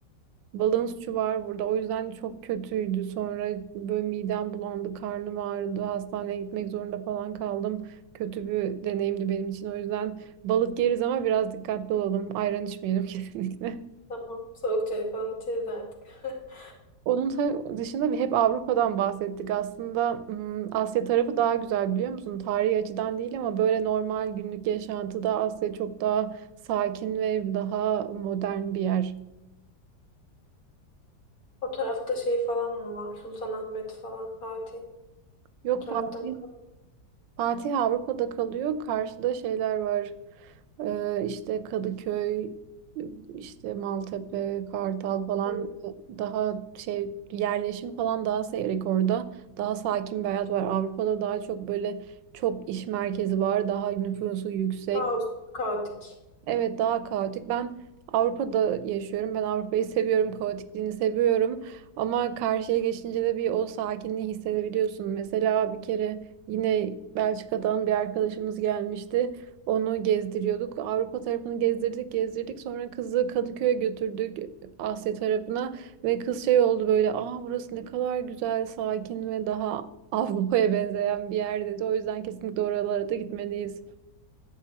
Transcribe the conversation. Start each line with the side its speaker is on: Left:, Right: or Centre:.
Right: Balığın suçu var burada. O yüzden çok kötüydü. Sonra böyle midem bulandı, karnım ağrıdı. Hastaneye gitmek zorunda falan kaldım. Kötü bir deneyimdi benim için. O yüzden balık yeriz ama biraz dikkatli olalım. Ayran içmeyelim <laughs> kesinlikle.
Left: Tamam. Soğuk çay falan içeriz artık. <laughs>
Right: Onun ta- dışında bir hep Avrupa'dan bahsettik. Aslında hmm, Asya tarafı daha güzel biliyor musun? Tarihi açıdan değil ama böyle normal günlük yaşantıda Asya çok daha sakin ve daha modern bir yer.
Left: O tarafta şey falan mı var? Sultanahmet falan, Fatih.
Right: Yok
Left: O tarafta
Right: farklı
Left: mı?
Right: Fatih Avrupa'da kalıyor. Karşıda şeyler var. Ee, işte Kadıköy, işte Maltepe, Kartal falan
Left: Hı.
Right: e, daha şey yerleşim falan daha seyrek orada. Daha sakin bir hayat var. Avrupa'da daha çok böyle çok iş merkezi var. Daha nüfusu yüksek.
Left: Kaos, kaotik.
Right: Evet daha kaotik. Ben Avrupa'da yaşıyorum. Ben Avrupa'yı <laughs> seviyorum. Kaotikliğini seviyorum. Ama karşıya geçince de bir o sakinliği hissedebiliyorsun. Mesela bir kere yine Belçika'dan bir arkadaşımız gelmişti. Onu gezdiriyorduk. Avrupa tarafını gezdirdik, gezdirdik. Sonra kızı Kadıköy'e götürdük Asya tarafına ve kız şey oldu böyle, "Aa burası ne kadar güzel, sakin ve daha <laughs> Avrupa'ya benzeyen bir yer." dedi. O yüzden kesinlikle oralara da gitmeliyiz.